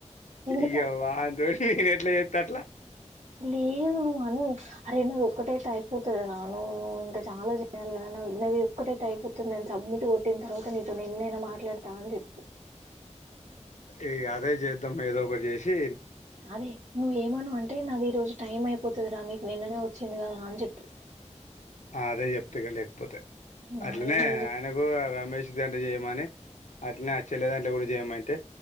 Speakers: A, on the right (about 75°); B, on the left (about 80°).
A: ఎందుకంటే
B: ఇయ్య వాన్తో నేని ఎట్లా చేత్తా అట్లా
A: లేదు మధు అరే నా ఒక్కటైతే అయిపోతది రా నువ్వు ఇంకా చాలా చేయాలిగద నాది ఒక్కటైతే అయిపోతుంది తెల్సా. సబ్మిట్ కొట్టిన తర్వాత నీతోనే ఎన్నైనా మాట్లాడతా అని జెప్పు.
B: ఈ అదే చేద్దాం ఏదో ఒకటి జెసి
A: ఆది నువ్ఎమను అంటే నాది ఈ రోజు టైం అయిపోతది రా నీకు నిన్ననే వచ్చింది గదా అని చెప్పు
B: అదే చెప్తగాలి పోత
A: నాది
B: అట్లనే
A: ఈ రోజు
B: ఆయనకు మెష్ జెయమని అట్నే చెల్లదాంట్లో కూడా జయమ అంటే